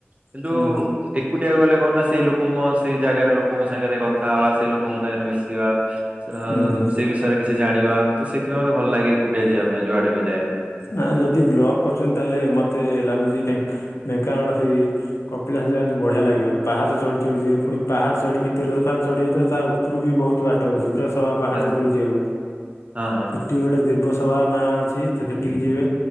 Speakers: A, on the right; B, on the left.
A: କିନ୍ତୁ
B: ହୁଁ
A: ଏକୁଟିଆ ଗଲେ କଣ ନା ସେଇ ଲୋକଙ୍କ ସେଇ ଜାଗାରେ ଲୋକଙ୍କ ସାଙ୍ଗରେ କଥା ହବା। ସେ ଲୋକଙ୍କ ସାଙ୍ଗରେ ମିଶିବା ଆ
B: ହୁଁ ହୁଁ
A: ସେ ବିଷୟରେ କିଛି ଜାଣିବା ତ ସେଥିପାଇଁ ମତେ ଭଲ ଲାଗେ। କୁଟେ ଯିବା ପାଇଁ ଯୁଆଡ଼େ ବି ଯାଏ।
B: ନା ଯଦି ବ୍ଲଗ କରୁଛନ୍ତି ତାହେଲେ ମତ ଏତେ ଲାଗୁଛି ଢେ ଢେଙ୍କାନାଳ ସେଇ କପିଳାସ ଯାଆନ୍ତୁ ବଢିଆ ଲାଗିବ ପାହାଚ ଚଢି ଚଢି ଯିଏ ପୁଣି ପାହା ଚଢ଼ିକି ତେର ସଫା ଚଢ଼ିବ ତ ତା ଉପରକୁ ବି ବହୁତ୍ ବାଟ ଅଛି। ପୂରା ସଭା ପାହାଡ
A: ଆଛା
B: ଉପରୁ ଯାଉ
A: ହଁ ହଁ
B: ସେଠି ଗୋଟେ ଦେବସଭା ନାଁ ଅଛି ସେଠିକି ଯିବେ